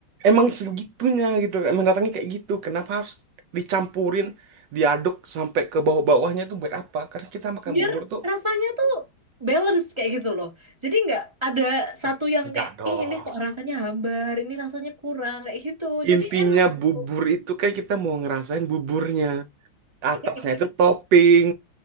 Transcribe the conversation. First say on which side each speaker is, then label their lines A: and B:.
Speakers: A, on the right (about 75°); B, on the right (about 25°).
A: emang segitunya gitu, emang datangnya kayak gitu. Kenapa harus dicampurin, diaduk sampai ke bawah-bawahnya itu buat apa? Karena kita makan
B: Biar
A: bubur tuh,
B: rasanya tuh balance kayak gitu loh. Jadi nggak ada satu
A: eh,
B: yang
A: enggak
B: kayak
A: dong.
B: ih ini kok rasanya hambar, ini rasanya kurang kayak gitu. Jadi
A: Intinya
B: enak tuh.
A: bubur itu kan kita mau ngerasain buburnya. Atasnya
B: <laughs>
A: itu topping.